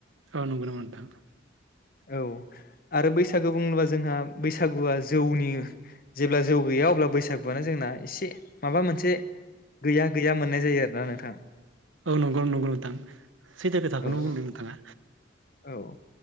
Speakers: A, on the right (about 80°); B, on the left (about 45°).
A: आ नंगौ नामा नोंथां
B: औ आरो बैसागु बुङोब्ला जोंहा बैसागुआ जौनि जेब्ला जौ गैया अब्ला बैसागुआनो जोंना एसे माबा मोनसे गैया गैया मोननाय जायो आरोना नोंथां
A: औ नंगौ नंगौ नोंथां सैथो खोथाखौनो
B: औ
A: बुंदों नोंथाङा।
B: औ